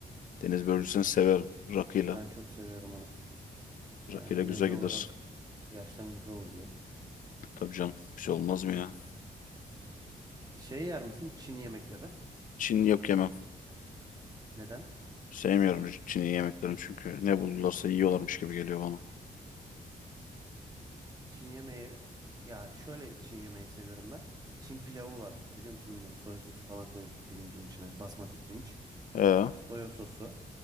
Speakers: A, on the left; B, on the right.
A: Deniz börülcüsünü severim. Rakıyla.
B: Ben çok seviyorum onu. Yani
A: Rakıyla
B: meze
A: güzel gider.
B: olarak gerçekten güzel oluyor.
A: Tabii canım bir şey olmaz mı ya?
B: Şey yer misin? Çin yemekleri.
A: Çin yok yemem.
B: Neden?
A: Sevmiyorum Çin'i yemeklerini çünkü. Ne buldularsa yiyorlarmış gibi geliyor bana.
B: Çin yemeği ya şöyle Çin yemeği seviyorum ben. Çin pilavı var. Biliyor musun bilmiyorum. Soya sosu falan koyuyorsun pirincin içine. Basmati pirinç.
A: Ee,
B: Soya sosu.